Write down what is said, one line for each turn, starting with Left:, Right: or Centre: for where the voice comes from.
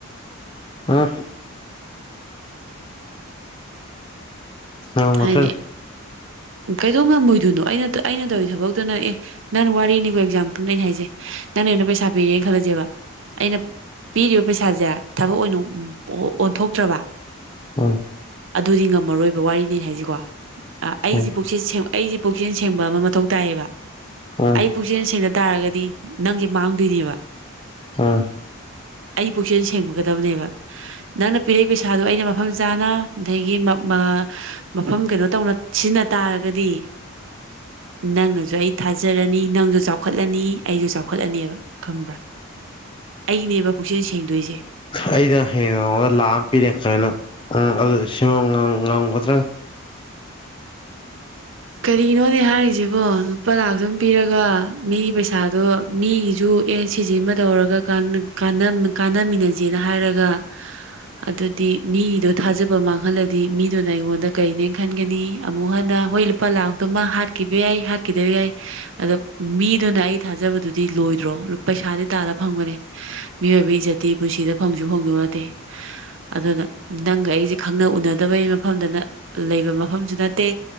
Left: ꯑꯥ ꯉꯝꯃꯛꯇ꯭ꯔꯗꯤ꯫
Right: ꯍꯥꯏꯗꯤ ꯀꯩꯗꯧ ꯉꯝꯃꯣꯏꯗꯣꯏꯅꯣ ꯑꯩꯅ ꯇ ꯑꯩꯅ ꯇꯧꯔꯤ ꯊꯕꯛꯇꯨꯅ ꯑꯦ ꯅꯪ ꯋꯥꯔꯤꯅꯤꯀꯣ ꯑꯦꯛꯖꯥꯝꯄꯜ ꯑꯩꯅ ꯍꯥꯏꯖꯦ ꯅꯪꯅ ꯑꯩꯉꯣꯟꯗ ꯄꯩꯁꯥ ꯄꯤꯔꯦꯟ ꯈꯜꯂꯁꯦꯕ ꯑꯩꯅ ꯄꯤꯒꯤꯕ ꯄꯩꯁꯥꯁꯦ ꯊꯕꯛ ꯑꯣꯏꯅ ꯑꯣ ꯑꯣꯟꯊꯣꯛꯇ꯭ꯔꯕ
Left: ꯎꯝ
Right: ꯑꯗꯨꯗꯤ ꯉꯝꯃꯔꯣꯏꯕ ꯋꯥꯔꯤꯅꯤ ꯍꯥꯏꯖꯤꯀꯣ꯫ ꯑꯩꯖꯦ
Left: ꯎꯝ
Right: ꯄꯨꯛꯆꯦꯜ ꯁꯦꯡꯕ ꯑꯩꯖꯦ ꯄꯨꯛꯆꯦꯜ ꯁꯦꯡꯕ ꯑꯃ ꯃꯊꯧ ꯇꯥꯏꯌꯦꯕ꯫
Left: ꯎꯝ
Right: ꯑꯩ ꯄꯨꯛꯆꯦꯟ ꯁꯦꯡꯗ ꯇꯥꯔꯒꯗꯤ ꯅꯪꯖꯦ ꯃꯥꯡꯗꯣꯏꯅꯤꯕ꯫
Left: ꯑꯥ
Right: ꯑꯩ ꯄꯨꯛꯆꯦꯟꯜ ꯁꯦꯡꯃꯒꯗꯕꯅꯦꯕ꯫ ꯅꯪꯅ ꯄꯤꯔꯛꯏ ꯄꯩꯁꯥꯗꯣ ꯑꯩꯅ ꯃꯐꯝ ꯆꯥꯅ ꯗꯒꯤ ꯃꯞ ꯃꯥ ꯃꯐꯝ ꯀꯩꯅꯣ ꯇꯧꯅ ꯁꯤꯖꯤꯟꯅ ꯇꯥꯔꯒꯗꯤ ꯅꯪꯅꯖꯨ ꯑꯩ ꯊꯥꯖꯔꯅꯤ ꯅꯪꯖꯨ ꯆꯥꯎꯈꯠꯂꯅꯤ ꯑꯩꯖꯨ ꯆꯥꯎꯈꯠꯂꯅꯦꯕ꯫ ꯈꯪꯕ꯭ꯔꯥ ꯑꯩꯅꯦꯕ ꯄꯨꯛꯆꯦꯜ ꯁꯦꯡꯗꯣꯏꯖ‌ꯦ꯫
Left: ꯑꯩꯅ ꯍꯌꯦꯡ <unintelligible> ꯂꯥꯛ ꯑꯝ ꯄꯤꯔꯦ <unintelligible> ꯅꯪ <unintelligible> ꯉꯝ ꯉꯝꯒꯗ꯭ꯔꯥ
Right: ꯀꯔꯤꯅꯣꯅꯦ ꯍꯥꯏꯔꯤꯖꯤꯕꯣ ꯂꯨꯄꯥ ꯂꯥꯛ ꯑꯝ ꯄꯤꯔꯒ ꯃꯤꯒꯤ ꯄꯩꯁꯥꯗꯣ ꯃꯤꯒꯤꯖꯨ ꯑꯦ ꯁꯤꯁꯤꯃ ꯇꯧꯔꯒ ꯀꯥꯟꯅ ꯀꯥꯟꯅꯃ ꯀꯥꯟꯅꯃꯤꯟꯅꯖꯦꯅ ꯍꯥꯏꯔꯒ ꯑꯗꯨꯗꯤ ꯃꯤꯒꯤꯗꯣ ꯊꯥꯖꯕ ꯃꯥꯡꯍꯜꯂꯗꯤ ꯃꯤꯗꯨꯅ ꯑꯩꯉꯣꯟꯗ ꯀꯩꯅꯦ ꯈꯟꯒꯅꯤ꯫ ꯑꯃꯨꯛ ꯍꯟꯅ ꯍꯣꯏ ꯂꯨꯄꯥ ꯂꯥꯛꯇꯨꯃ ꯍꯥꯠꯈꯤꯕ ꯌꯥꯏ ꯍꯥꯠꯈꯤꯗꯕ ꯌꯥꯏ ꯑꯗꯣ ꯃꯤꯗꯨꯅ ꯑꯩ ꯊꯥꯖꯕꯗꯨꯗꯤ ꯂꯣꯏꯗ꯭ꯔꯣ ꯂꯨꯞ ꯄꯩꯁꯥꯗꯤ ꯇꯥꯜꯂ ꯐꯪꯕꯅ‌ꯦ꯫ ꯃꯤꯑꯣꯏꯕꯩ ꯏꯖꯠꯇꯤ ꯄꯨꯟꯁꯤꯗ ꯐꯪꯁꯨ ꯐꯪꯗꯣ ꯅꯠꯇꯦ꯫ ꯑꯗꯨꯅ ꯅꯪꯒ ꯑꯩꯁꯦ ꯈꯪꯅ ꯎꯅꯗꯕꯩ ꯃꯐꯝꯗꯅ ꯂꯩꯕ ꯃꯐꯝꯁꯨ ꯅꯠꯇꯦ